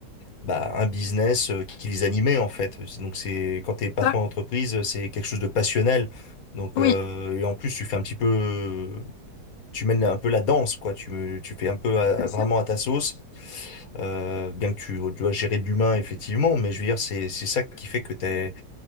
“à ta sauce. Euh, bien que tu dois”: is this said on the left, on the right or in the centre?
Left